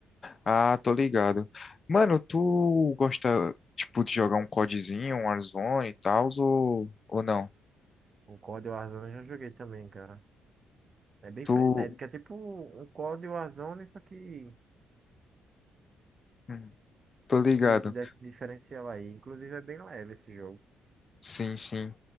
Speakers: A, on the left; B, on the right.
A: Ah, tô ligado. Mano, tu gosta, tipo, de jogar um CODzinho, um Warzone e tal, ou, ou não?
B: O COD Warzone eu já joguei também, cara. É bem
A: Tô,
B: frenético, é tipo um COD Warzone, só que
A: hum, tô ligado.
B: tem esse def- diferencial aí. Inclusive é bem leve esse jogo.
A: Sim, sim.